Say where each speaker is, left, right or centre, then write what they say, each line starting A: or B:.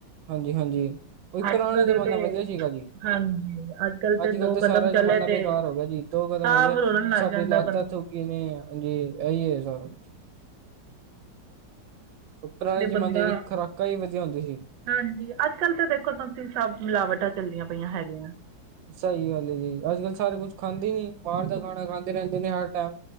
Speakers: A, on the right; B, on the right.
A: ਹਾਂਜੀ-ਹਾਂਜੀ। ਉਹੀ
B: ਅੱਜ
A: ਪੁਰਾਣਾ
B: ਕੱਲ
A: ਜ਼ਮਾਨਾ
B: ਦੇ ਤੇ
A: ਵਧੀਆ ਸੀਗਾ ਜੀ।
B: ਹਾਂਜੀ ਅੱਜ ਕੱਲ
A: ਅੱਜ-ਕੱਲ੍ਹ
B: ਦੋ
A: ਤੇ ਸਾਰਾ
B: ਕਦਮ
A: ਜ਼ਮਾਨਾ
B: ਚਲੇ ਤੇ
A: ਬੇਕਾਰ ਹੋ ਗਿਆ ਜੀ। ਦੋ ਕਦਮ
B: ਸਾਹ
A: ਹੋਗੇ।
B: ਰੋਲਣ ਲੱਗ
A: ਸਾਡੀ
B: ਜਾਂਦਾ
A: ਲੱਤ
B: ਬੰਦਾ
A: ਦੁਖੀ ਨੀ, ਹਾਂਜੀ। ਇਹੀ ਐ ਸਾਰਾ ਕੁੱਛ। ਉਹ ਪੁਰਾਣੇ
B: ਤੇ
A: ਜ਼ਮਾਨੇ
B: ਬੰਦਾ
A: ਦੀ ਖੁਰਾਕਾਂ ਈ ਵਧੀਆ ਹੁੰਦੀ ਸੀ।
B: ਹਾਂਜੀ। ਅੱਜ-ਕੱਲ੍ਹ ਤਾਂ ਦੇਖੋ ਤੁਸੀਂ, ਸਭ ਮਿਲਾਵਟਾਂ ਚੱਲਦੀਆਂ ਪਈਆਂ ਹੈਗੀਆਂ।
A: ਸਹੀ ਗੱਲ ਏ ਜੀ। ਅੱਜ-ਕੱਲ ਸਾਰੇ ਕੁਛ ਖਾਂਦੇ ਨੀ। ਬਾਹਰ ਦਾ ਖਾਣਾ ਖਾਂਦੇ ਰਹਿੰਦੇ ਨੇ ਹਰ ਟੈਂਮ।